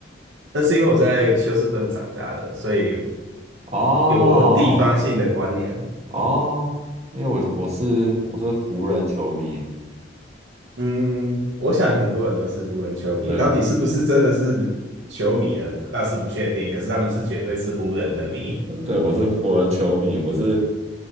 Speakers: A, on the right; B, on the right.
A: 那是因为我在休斯顿长大的，所以
B: 哦
A: 有我有地方性的观念。
B: 哦，因为我我是我是湖人球迷，
A: 嗯，我想很多人都是湖人球迷，
B: 对，
A: 到底是不是真的是球迷呢？
B: 我
A: 倒是不确定，可是他们是绝对是湖人的迷。
B: 对我是湖人球迷，我是